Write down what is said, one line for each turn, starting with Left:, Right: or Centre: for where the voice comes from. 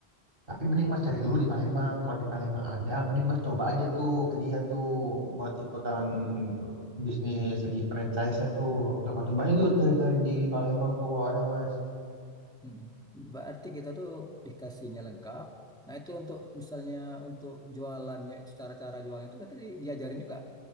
Right: Tapi mending Mas cari dulu di Palembang. Kalau di Palembang ada, mending Mas coba aja tuh ke dia tuh buat ikutan
Centre: Mm-mm.
Right: bisnis segi franchise-nya tuh. Coba-coba aja dulu cari-cari di Palembang tuh kalau ada Mas.
Centre: Mm. Berarti kita tuh dikasihnya lengkap. Nah, itu untuk misalnya untuk jualannya itu cara-cara jualan itu nanti di- diajarin juga